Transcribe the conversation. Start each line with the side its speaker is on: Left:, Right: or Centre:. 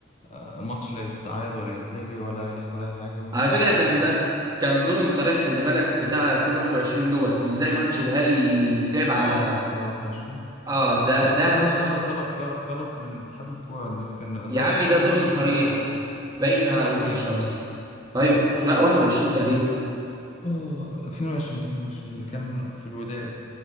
Left: آه، الماتش لا يتعاد ولا يتلغي ولا يحصل اي حاجه ونلعب
Right: على فكرة
Left: ونخسر
Right: كان ده كان ظلم صريح خلي بالك بتاع 2021 دوت ازاي ماتش نهائي يتلعب على
Left: اه بتاع 21
Right: اه ده
Left: بس
Right: ده
Left: ده
Right: بص
Left: غلط غلط غلط غلط من اتحاد الكوره عندنا كان
Right: يا
Left: ده
Right: عمي
Left: بتاع
Right: ده
Left: 22
Right: ظلم صريح
Left: مش 21
Right: بين وضوح
Left: 22
Right: الشمس
Left: 22
Right: ايوه لا 21 تقريبا
Left: اه 22 22 اللي كان في الوداد